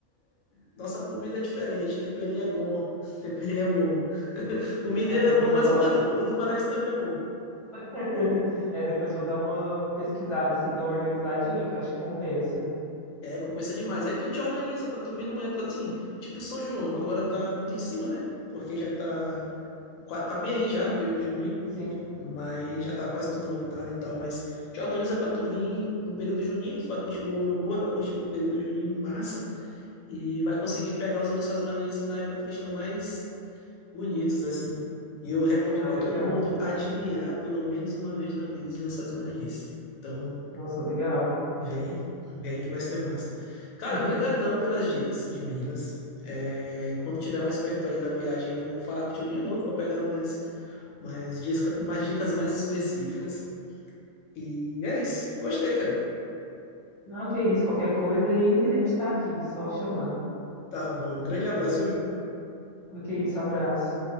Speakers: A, on the left; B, on the left.
A: Nossa comida é diferente, temperinho é bom, <laughs> temperinho é bom. <laughs> O mineiro
B: É, depois
A: é bom, mas
B: vou dar
A: o,
B: uma...
A: ma- o do Maranhense também é bom.
B: <laughs> É, depois vou dar uma pesquisada, assim, dar uma organizadinha, que eu acho que compensa.
A: É, compensa demais. Aí tu te organiza pra tu vir numa época assim, tipo São João, agora tá muito em cima, né? Porque já tá, qua- tá bem aí já o período junino,
B: Sim,
A: mas já tá quase tudo lotado e tal, mas te organiza pra tu vir no período junino, tu vai curtir o Bumba Meu Boi, vai curtir o período junino massa e vai conseguir pegar os lençóis maranhenses na época que eles estão mais bonitos assim. E eu recomendo
B: tá
A: para
B: legal.
A: todo mundo admirar pelo menos uma vez na vida os Lençóis Maranhenses. Então,
B: Nossa, legal.
A: vem, vem que vai ser massa. Cara,
B: <laughs>
A: brigadão pelas dicas de Minas. É, quando tiver mais perto aí da viagem, eu vou falar contigo de novo para pegar umas, umas, disca- umas dicas mais específicas. E é isso. Gostei, cara.
B: Não, que é isso, qualquer coisa aí a gente tá aqui, só chamar.
A: Tá bom. Grande abraço, meu amigo.
B: Do que isso, abraço.